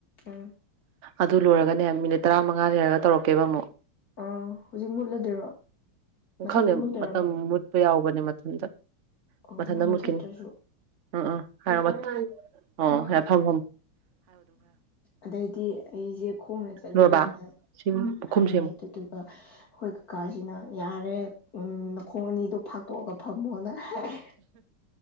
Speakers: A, on the left (about 45°); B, on the right (about 55°).
A: ꯎꯝ
B: ꯑꯗꯨ ꯂꯣꯏꯔꯒꯅꯦ ꯃꯤꯅꯤꯠ ꯇꯔꯥꯃꯉꯥ ꯂꯩꯔꯒ ꯇꯧꯔꯛꯀꯦꯕ ꯑꯃꯨꯛ
A: ꯑꯥ ꯍꯧꯖꯤꯛ ꯃꯨꯠꯂꯗꯣꯏꯔꯣ
B: ꯎꯝ
A: ꯃꯊꯟꯇ
B: ꯈꯪꯗꯦ
A: ꯃꯨꯠꯇꯣꯏꯔꯕ
B: ꯃꯇꯝ ꯃꯨꯠꯄ ꯌꯥꯎꯕꯅꯦ ꯃꯊꯟꯇ
A: ꯑꯣ
B: ꯃꯊꯟꯇ
A: ꯅꯪ ꯃꯨꯊꯠꯇ꯭ꯔꯁꯨ
B: ꯃꯨꯠꯈꯤꯅꯤ ꯎꯝ ꯎꯝ ꯍꯥꯏ ꯑꯣ ꯐꯝ
A: ꯍꯣꯏ
B: ꯐꯝ
A: ꯑꯗꯩꯗꯤ ꯑꯩꯁꯦ ꯈꯣꯡꯅ ꯆꯠꯂꯒꯦꯅ
B: ꯂꯣꯏꯔꯕ ꯁꯤ ꯄꯨꯈꯨꯝ
A: ꯍꯥꯏꯔꯦ
B: ꯁꯦꯝꯃꯨ
A: ꯑꯗꯨꯗꯨꯒ ꯑꯩꯈꯣꯏ ꯀꯀꯥꯁꯤꯅ ꯌꯥꯔꯦ ꯎꯝ ꯃꯈꯣꯡ ꯑꯅꯤꯗꯣ ꯐꯥꯛꯇꯣꯛꯑꯒ ꯐꯝꯃꯣꯅ ꯍꯥꯏ